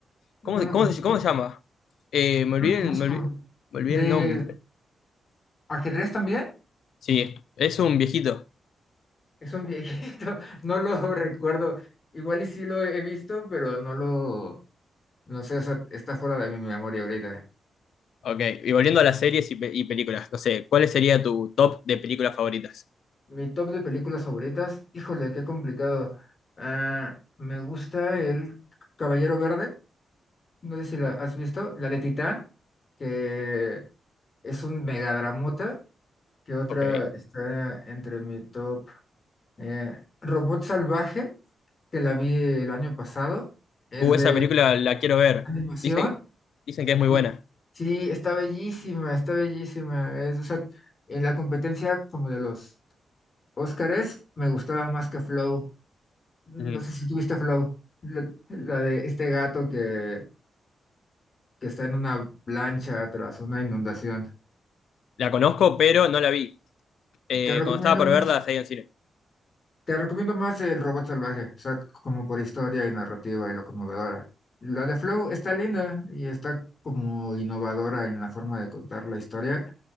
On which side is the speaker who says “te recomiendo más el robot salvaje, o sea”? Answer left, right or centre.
Left